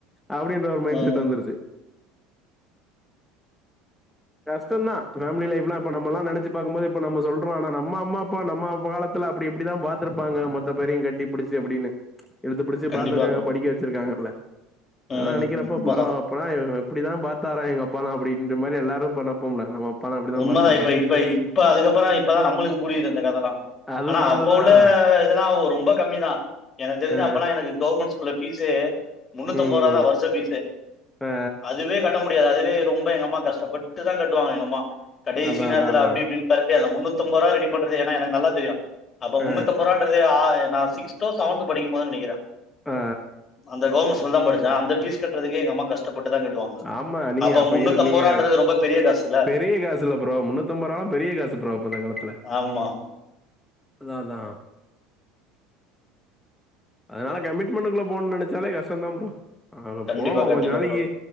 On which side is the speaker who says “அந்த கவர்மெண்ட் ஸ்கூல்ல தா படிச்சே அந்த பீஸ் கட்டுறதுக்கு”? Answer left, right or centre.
Left